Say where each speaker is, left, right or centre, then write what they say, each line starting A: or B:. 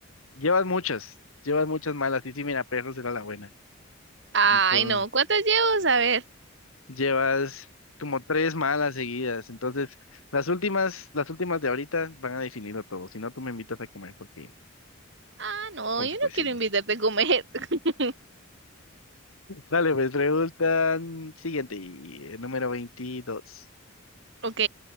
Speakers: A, on the left; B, on the right.
A: Llevas muchas, llevas muchas malas. Sí, sí, mira, perros era la buena.
B: Ay,
A: Entonces,
B: no. ¿Cuántas llevo? A ver.
A: llevas como tres malas seguidas. Entonces, las últimas, las últimas de ahorita van a definirlo todo. Si no, tú me invitas a comer porque,
B: Ah, no,
A: porque
B: yo no
A: pues
B: quiero
A: sí.
B: invitarte a comer. <laughs>
A: Dale, pues preguntan siguiente, y, eh, número veintidós
B: Ok.